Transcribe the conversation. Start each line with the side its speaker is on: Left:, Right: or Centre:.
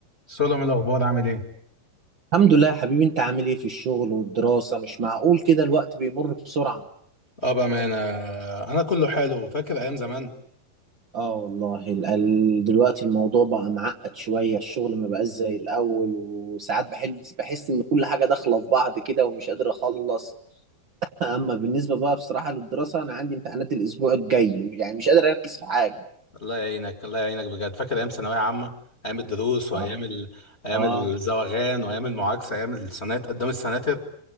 Left: سولو الاخبار عامل ايه
Right: الحمد لله يا حبيبي انت عامل ايه في الشغل والدراسة مش معقول كده الوقت بيمر بسرعة
Left: اه بأمانة أنا كله حلو فاكر أيام زمان
Right: اه والله ال- ال- دلوقتي الموضوع بقى معقد شوية الشغل ما بقاش زي الأول وساعات بحس بحس ان كل حاجة داخلة في بعض كده ومش قادر اخلص <laughs> اما بالنسبة بقى بصراحة للدراسة انا عندي امتحانات الاسبوع الجاي يعني مش قادر اركز في حاجة
Left: الله يعينك الله يعينك بجد فاكر أيام ثانوية عامة أيام الدروس وأيام
Right: اه
Left: ال... أيام
Right: اه
Left: الزواغان وأيام المعاكسة أيام السنات قدام السناتر